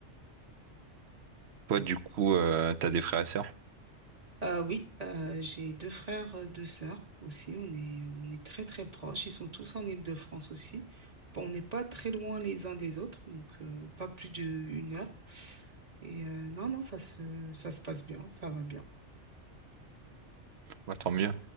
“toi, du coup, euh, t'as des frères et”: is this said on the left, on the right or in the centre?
Right